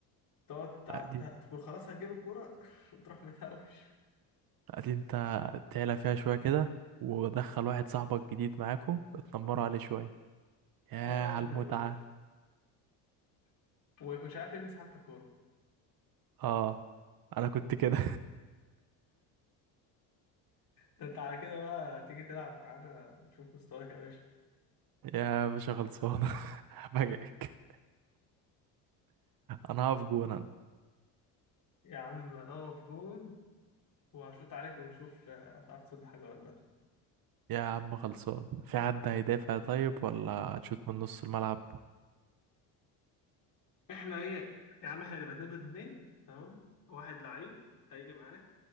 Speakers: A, on the left; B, on the right.
A: تقعد تع-
B: قاعدين
A: ت- تقول خلاص هتجيب الكورة <laughs> وتروح متهوش
B: قاعدين انت تعلى فيها شويه كده ودخل واحد صاحبك جديد معاكو اتنمروا عليه شويه ياه
A: هو ده اللي
B: على
A: بنعمله
B: المتعه
A: <laughs> وما يكونش عارف يلمس حتى الكورة
B: اه انا كنت كده
A: ده انت على كده بقى تيجي تلعب معانا ونشوف مستواك يا باشا
B: <laughs> يا باشا خلصان <laughs> بجاك انا هقف جون انا
A: يا عم اقف جون وهشوط عليك ونشوف آه، هتعرف تصد حاجة ولا لأ
B: يا عم خلصان في حد هيدافع طيب ولا هتشوت من نص الملعب
A: احنا ايه يا عم احنا اللي بنتندد اتنين تمام واحد لعيب هيجي معاك